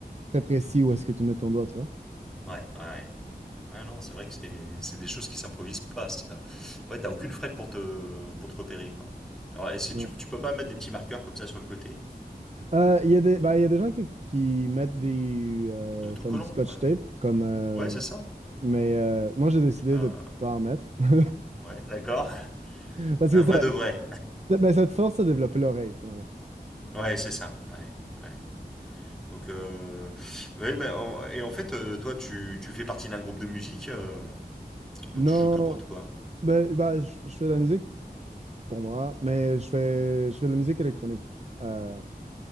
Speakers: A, on the right; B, in the centre.
A: très précis où est-ce que tu mets ton doigt, tu
B: Ouais, ouais. Ouais, non, c'est vrai que c'est c'est des choses qui s'improvisent pas, ça. Ouais, t'as aucune frette pour te, pour te repérer, quoi. Alors, et si
A: vois.
B: tu, tu peux pas mettre des petits marqueurs comme ça sur le côté?
A: Euh, Il y a des, ben, il y a des gens qui, qui mettent des euh,
B: Un autocollant,
A: comme du scotch
B: par exemple.
A: tape, comme, euh,
B: Ouais, c'est ça.
A: mais euh, moi j'ai décidé
B: Ah,
A: de pas en mettre. <laughs>
B: ouais, d'accord.
A: Parce
B: Un
A: que ça,
B: vrai de vrai.
A: ça- ben, ça te force à développer l'oreille, finalement.
B: Ouais, c'est ça. Ouais, ouais. Donc, euh, ouais, mais en- et en fait, euh, toi, tu, tu fais partie d'un groupe de musique euh,
A: Non,
B: où tu joues que pour toi.
A: ben, ben, je, je fais de la musique pour moi, mais je fais, je fais de la musique électronique. Euh,